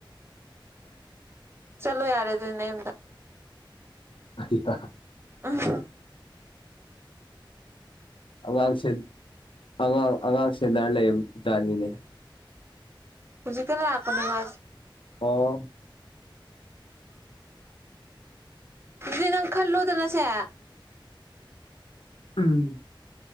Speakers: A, on the right; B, on the left.
A: ꯆꯠꯂꯣ ꯌꯥꯔꯦ ꯑꯗꯨꯅꯦ ꯌꯨꯝꯗ
B: ꯑꯙꯀ
A: ꯑꯣ
B: ꯑꯉꯥꯡꯁꯦ ꯑꯉꯥꯡ ꯑꯉꯥꯡꯁꯦ ꯂꯔ ꯂꯩꯕꯖꯥꯅꯤꯅꯦ
A: ꯄꯨꯖꯤ ꯀ ꯂꯑꯀꯅꯤ ꯑ
B: ꯑꯣ
A: ꯑꯗꯨꯗꯤ ꯅꯪ ꯈꯜꯂꯨꯗꯅꯁꯦ
B: ꯎꯝ